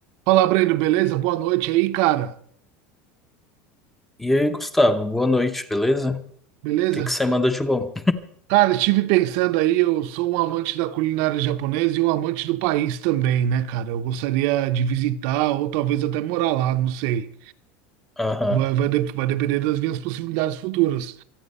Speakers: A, on the right; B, in the centre.
A: Fala, Breno, beleza? Boa noite aí, cara.
B: E aí, Gustavo, boa noite, beleza?
A: Beleza?
B: O que que você manda de bom?
A: Cara, estive pensando aí, eu sou um amante da culinária japonesa e um amante do país também, né, cara? Eu gostaria de visitar ou talvez até morar lá, não sei.
B: Aham.
A: Vai, vai, dep- vai depender das minhas possibilidades futuras.